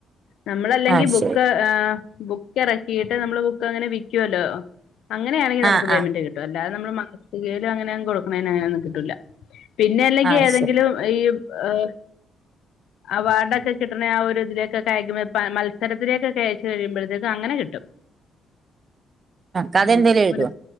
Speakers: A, on the left (about 75°); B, on the right (about 40°).
A: നമ്മളല്ലെങ്കി
B: ആഹ്
A: ബുക്ക്
B: ശരി
A: ആഹ് ബുക്ക് ഇറക്കിയിട്ട് നമ്മള് ബുക്ക് അങ്ങനെ വിക്കുവല്ലോ അങ്ങനെയാണെങ്കിൽ നമുക്ക്
B: ആഹ്
A: പേയ്മെന്റ്
B: ആഹ്
A: കിട്ടും അല്ലാതെ നമ്മള് മനസികൽ അങ്ങനെ കൊടുക്കണേ അങ്ങനൊന്നും കിട്ടൂല്ല പിന്നെ അല്ലെങ്കിൽ
B: ആഹ്
A: ഏതെങ്കിലും
B: ശരി
A: ഇയ് ഏഹ് അവാർഡൊക്കെ കിട്ടണേ ആ ഒരുതിലേക്കെ അയക്കുമ്പ മത്സരത്തിലേക്കെ അയച്ച് കഴുമ്പോഴത്തേക്ക് അങ്ങനെ കിട്ടും
B: കഥ
A: ആഹ്
B: എന്തേലും എഴുതോ
A: ഒരു